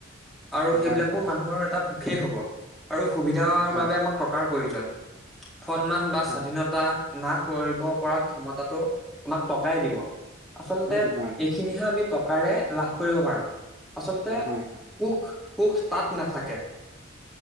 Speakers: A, in the centre; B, on the right.
A: আৰু সেইবিলাকো
B: হয় হয়
A: মানুহৰ এটা সুখেই হব আৰু সুবিধাৰ
B: হয়
A: বাবে আমাক টকাৰ প্ৰয়োজন। সন্মান বা
B: হয়
A: স্বাধীনতা
B: হয়
A: না কৰিব পৰা ক্ষমতাটো তোমাক টকাই দিব। আচলতে
B: উম হয়
A: এইখিনিহে আমি টকাৰে লাভ কৰিব পাৰো। আচলতে,
B: হয় হয়
A: সুখ-সুখ, সুখ তাত নাথাকে।